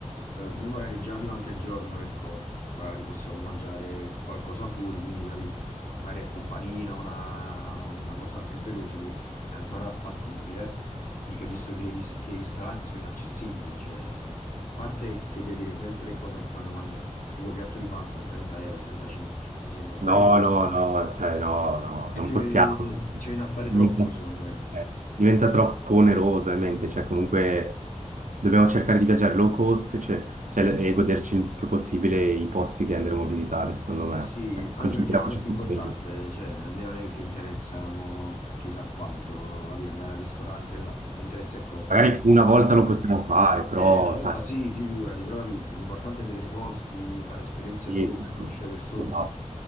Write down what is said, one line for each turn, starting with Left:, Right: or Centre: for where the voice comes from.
Left: Eh, noi magari già durante il giorno, ecco, magari possiamo mangiare qualcosa fuori, quindi capi, magari è companino, una, una cosa più veloce che è ancora fattibile, perché ho visto che i, ris- che i ristoranti sono inaccessibili, cioè, a parte che devo dire sempre cosa ti fanno mangiare, ma tipo piatto di pasta 30 euro, 35, cioè, mi sembra un
Right: No,
Left: po'...
Right: no, no, cioè no, no,
Left: Anche
Right: non possiamo.
Left: che Ci viene a fare
Right: Niente.
Left: troppo, secondo me.
Right: Eh, diventa troppo oneroso in mente, cioè comunque dobbiamo cercare di viaggiare low cost, cioè- cioè, e goderci il più possibile i posti che andremo a visitare, secondo
Left: Eh
Right: me.
Left: sì, anche
Right: Concentriamoci
Left: perché la cosa più
Right: su
Left: importante,
Right: quello.
Left: cioè, a me non è che interessa mo, chissà quanto, capì, andare al ristorante là, mi interessa, ecco,
Right: Magari
Left: vedere i
Right: una
Left: posti.
Right: volta lo possiamo fare, però
Left: Eh, una volta
Right: sai,
Left: sì, figurati, però capì, l'importante è vedere posti, fare esperienze
Right: sì,
Left: nuove,
Right: sì,
Left: conoscere
Right: sì.
Left: persone.
Right: Esatto.